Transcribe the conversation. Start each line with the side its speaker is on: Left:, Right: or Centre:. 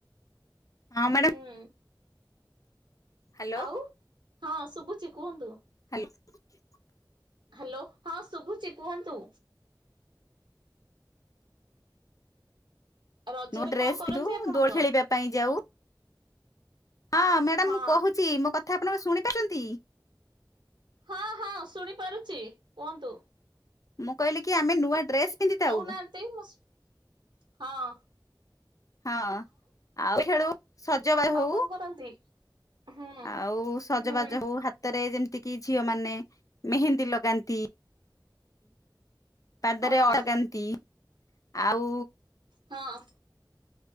Left: ହଁ ମ୍ୟାଡ଼ମ।
Right: ହୁଁ
Left: ହ୍ୟାଲୋ
Right: ଆଉ ହଁ ଶୁଭୁଛି କୁହନ୍ତୁ।
Left: <inaudible>
Right: ହ୍ୟାଲୋ ହଁ ଶୁଭୁଛିି କୁହନ୍ତୁ। ରଜରେ
Left: ନ ଡ୍ରେସ୍
Right: କଣ କରନ୍ତି
Left: ପିଧୁ
Right: ଆପଣଙ୍କ?
Left: ଦୋଡ଼ ଖେଳିବା ପାଇଁ ଯାଉ। ହଁ ମ୍ୟାଡ଼ାମ
Right: ହଁ
Left: ମୁଁ କହୁଛି ମୋ କଥା କଥା ଆପଣ ଶୁଣି ପାରୁଛନ୍ତି।
Right: ହଁ ହଁ ଶୁଣି ପାରୁଛି କୁହନ୍ତୁ।
Left: ମୁଁ କହିଲି କି ଆମେ ନୂଆ ଡ୍ରେସ ପିନ୍ଧିଥାଉ
Right: କହୁନାହାନ୍ତି ମୁସୁ ହାଁ ।
Left: ହଁ ଆଉ ଖେଳୁ ସଜବା
Right: ଆଉ
Left: ହଉ।
Right: କଣ କରନ୍ତି? ହୁଁ
Left: ଆଉ ସଜବାଜ
Right: ହୁଁ
Left: ହଉ ହାତରେ ଯେତିକି ଝିଅ ମାନେ ମେହେନ୍ଦୀ ଲଗାନ୍ତି ପାଦରେ
Right: ହଁ
Left: ଅଳଗନ୍ତି। ଆଉ
Right: ହଁ